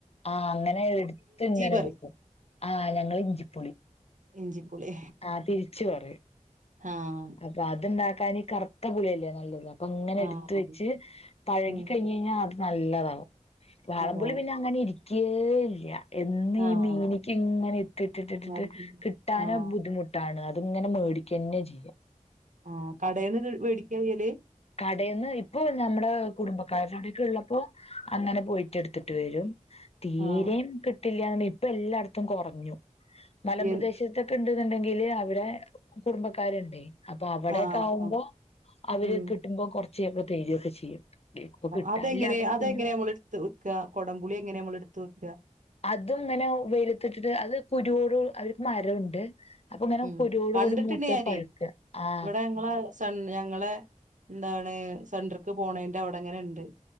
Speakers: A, on the left (about 50°); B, on the right (about 70°).
A: ആഹ അങ്ങനെ എടുത്ത് ഇങ്ങനെ
B: പറയും
A: എടുക്കും ആഹ ഞങ്ങൾ ഇഞ്ചിപ്പൊളി
B: ഇഞ്ചിപ്പുളി
A: ആ തിരിച്ചു പറയും
B: ആഹ
A: ആ അത്ണ്ടാക്കാൻ ഈ കറുത്ത പുളി അല്ലേ നല്ലത് അങ്ങനെ
B: ആഹ്
A: എടുത്ത വെച്ച് പഴകി
B: ഉം
A: കഴിഞ്ഞ് കഴിഞ്ഞാൽ അത് നല്ലതാകും വാളംപുളി
B: അതെ
A: പിന്നെ അങ്ങനെ ഇരിക്കേ ഇല്ല എന്നും ഈ
B: ആഹ്
A: മീനിക്ക് ഇങ്ങനെ ഇട്ട് ഇട്ടിട്ടിട്ടിട്ട്
B: ആഹ്
A: കിട്ടാനോ ബുദ്ധിമുട്ട് ട്ടാണ് അത്ങ്ങനെ മേടിക്കുക തന്നെ ചെയ്യാം
B: ആഹ കടൽന്ന് വേടിക്കചെയ്യലു
A: കടയിന്ന് ഇപ്പൊ ഞമ്മടെ കുടുംബക്കാരടെടെയൊക്കെ ഇള്ളപ്പോ അങ്ങനെ പോയിട്ടു എടുത്തിട്ട് വരും തീരും
B: ആഹ്
A: കില്ല ഇപ്പൊ എല്ലായിടത്തും കുറഞ്ഞു മലമ്പ്രദേശത്തെ
B: എൻ
A: ഇണ്ടെന്നുണ്ടെങ്കില് അകുടുംബക്കാർ ഇണ്ട് അപ്പൊ അവിടെൊക്കെ
B: ആഹ്
A: ആകുമ്പോ
B: ആഹ്
A: അവര്
B: ഉം
A: കിട്ടുമ്പോ കുറച്ചയൊക്കെ തെ രൊക്കെ ചെയ്യും ഇപ്പൊ കിട്ടാനില്ലാത്തപ്പോ
B: അതെങ്ങനെ അതെങ്ങനെയാ
A: പിന്നെ
B: നമ്മൾ എടുത്ത് വെക്ക കുടംപുളി എങ്ങനെ നമ്മൾ എടുത്ത് വെക്കുക
A: അതും ഇങ്ങനെ വെയിലത്തിട്ടിട്ട് അത് കുരുവോട് അവർക്ക് മരവുണ്ട് അപ്പൊ ഇങ്ങനെ
B: ഉം
A: കുരോട്
B: കണ്ടിട്ടുണ്ട്
A: കൂടി മൂത്ത്
B: ഞാനേ
A: പഴുക്ക് ആ
B: ഇവിടെ ഞങ്ങളെ സൺ ഞങ്ങളെ എന്താണ് സെൻടർക്ക് പോണതിന്റെ അവിടെങ്ങനെ ഇ ണ്ട്